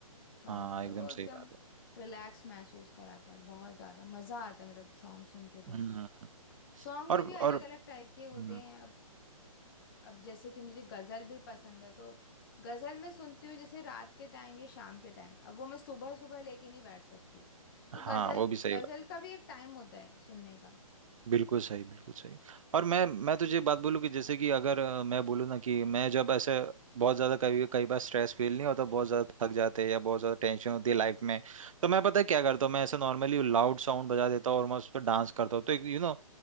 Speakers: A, on the left (about 40°); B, on the right (about 65°).
A: सॉन्ग
B: हाँ
A: और
B: एकदम
A: वो
B: सही
A: एकदम
B: बात है
A: रिलैक्स महसूस कराता है बहुत ज़्यादा मज़ा आता है मतलब सॉन्ग सुन के तो
B: हम्म
A: सॉन्ग
B: और
A: में भी
B: और
A: अलग अलग टाइप
B: हम्म,
A: के होते हैं अब जैसे कि मुझे गज़ल भी पसंद है तो गज़ल मैं सुनती हूँ जैसे रात के टाइम या शाम के टाइम अब वो मैं सुबह सुबह लेके नहीं बैठ सकती तो
B: हाँ
A: गज़ल
B: वो भी सही
A: गज़ल का भी एक टाइम होता है सुनने का
B: बिल्कुल सही बिल्कुल सही और मैं मैं तुझे बात बोलूँ कि जैसे कि अगर अ, मैं बोलूँ ना कि मैं जब ऐसे बहुत ज़्यादा कभी कई बार स्ट्रेस फील नहीं होता बहुत ज़्यादा थक जाते हैं या बहुत ज़्यादा टेंशन होती है लाइफ में तो मैं पता है क्या करता हूँ मैं ऐसे नॉर्मली लाउड साउंड बजा देता हूँ और मैं उस पर डांस करता हूँ तो यू नो